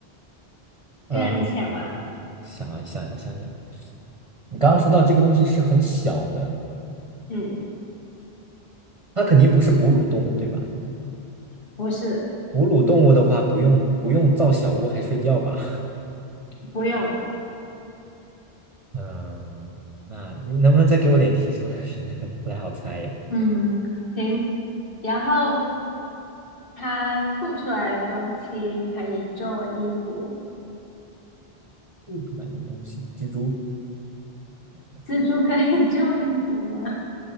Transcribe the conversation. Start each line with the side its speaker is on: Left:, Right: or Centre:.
Right: 啊。
Left: 对啊，你想嘛，
Right: 想一想，我想一想，你刚刚说到这个东西是很小的，
Left: 嗯，
Right: 它肯定不是哺乳动物，对吧？
Left: 不是，
Right: 哺乳动物的话，不用不用造小屋还睡觉吧？
Left: 不用，
Right: <laughs> 嗯，那你能不能再给我点提示？<laughs> 我现在不太好猜耶。
Left: 嗯，行。然后它吐出来的东西可以做衣服，
Right: 吐出来的东西，蜘蛛。
Left: 蜘蛛可以 <laughs> 做衣服吗？